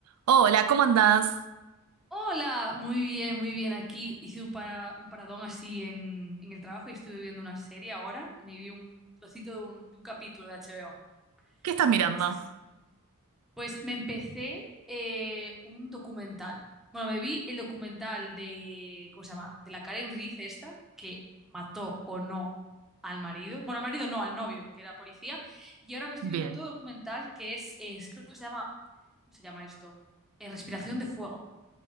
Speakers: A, on the right; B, in the centre.
A: Hola, ¿cómo andás?
B: Hola, muy bien, muy bien. Aquí hice un, para, un paradón así en, en el trabajo y estuve viendo una serie ahora. Me vi un trocito de un, de un capítulo de HBO.
A: ¿Qué estás mirando?
B: Sí, sí, sí. Pues me empecé eh, un documental. Bueno, me vi el documental de, ¿cómo se llama? De la Karen Reed esta, que mató o no al marido. Bueno, al marido no, al novio, que era policía. Y ahora me estoy
A: Bien.
B: viendo otro documental que es, es creo que se llama, ¿cómo se llama esto? Eh, Respiración de Fuego.